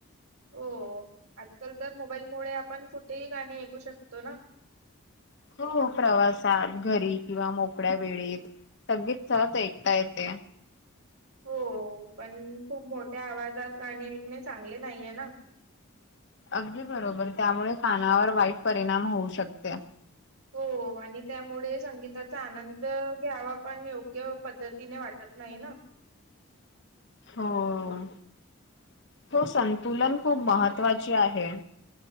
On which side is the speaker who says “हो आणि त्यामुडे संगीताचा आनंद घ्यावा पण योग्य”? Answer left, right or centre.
Right